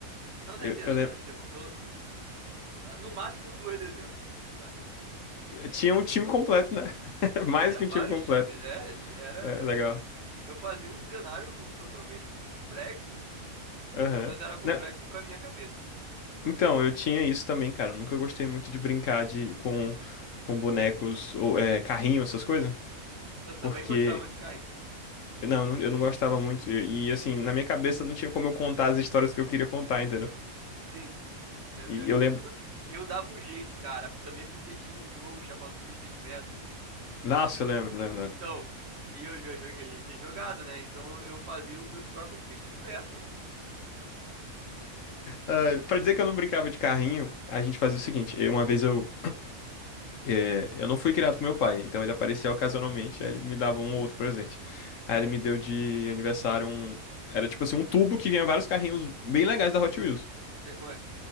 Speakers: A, on the right; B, on the left.
A: Não dezenas,
B: Eu, eu lembro.
A: não Mas, tipo, pelo, ah, no máximo duas dezenas. Vai.
B: Tinha um time completo, né? <laughs> Mais
A: Tinha
B: que
A: vários
B: um time completo.
A: times, né? Ti- Era,
B: É, legal.
A: eu fazia um cenário totalmente complexo.
B: Aham.
A: Pelo menos era complexo
B: Não,
A: pra minha cabeça, né?
B: então, eu tinha isso também, cara. Eu nunca gostei muito de brincar de, com, com bonecos ou é, carrinho, essas coisas.
A: Eu também
B: Porque,
A: gostava de carrinho.
B: não, eu não, eu não gostava muito. E, e, assim, na minha cabeça não tinha como eu contar as histórias que eu queria contar, entendeu?
A: Sim. Eu,
B: E
A: eu-
B: eu lembro.
A: eu dava um jeito, cara, também porque tinha um jogo chamado Twisted Metal.
B: Nossa, eu lembro, lembro,
A: Então,
B: lembro.
A: e eu, já- eu já tinha jogado, né? Então eu, eu fazia os meus próprios Twisted Metal.
B: Ah, pra dizer que eu não brincava de carrinho, a gente fazia o seguinte. eu- Uma vez eu, É, eu não fui criado com meu pai, então ele aparecia ocasionalmente, aí ele me dava um ou outro presente. Aí ele me deu de aniversário um. Era tipo assim, um tubo que vinha vários carrinhos bem legais da Hot Wheels.
A: Sei como é.